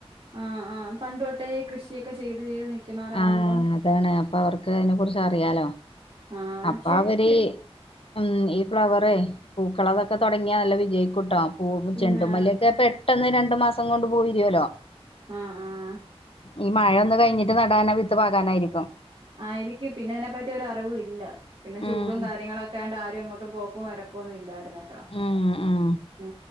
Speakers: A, on the right; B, on the left.
A: ആഹ ആഹ് പണ്ട് തോട്ടേ കൃഷിയൊക്കെ ചെയ്ത് ചെയ്ത് നിക്ക്ണോരാവുമ്പോം
B: ആഹ് അതാണ് അപ്പൊ അവർക്ക് അതിനെ കുറിച്ച് അറിയാലോ
A: ആഹ്
B: അപ്പൊ
A: ശരിക്ക്
B: അവര് ഉം ഈ ഫ്ലവറെ പൂക്കളെ അതൊക്കെ തുടങ്ങിയാൽ നല്ല വിജയിക്കൂട്ടോ പൂവ്
A: പിന്നെ
B: ചെണ്ടുമല്ലിയൊക്കെ പെട്ടെന്ന് രണ്ടു മാസം കൊണ്ട് പൂ വിരിയൊല്ലോ
A: ആഹ് ആഹ്
B: ഈ മഴ ഒന്ന് കഴിഞ്ഞിട്ട് നടാനാ വിത്ത് പാകാനായിരിക്കും
A: ആയിരിക്കും പിന്നെ അയിനെപ്പറ്റി ഒര് അറിവും ഇല്ല പിന്നെ
B: ഉം
A: ചൂടും കാര്യങ്ങളൊക്കെ വക്കാണ്ട് ആരും അങ്ങോട്ട് പോക്കും വരക്കൊന്നും ഇല്ലാര്ന്ന്
B: ഉം ഉം
A: ഉ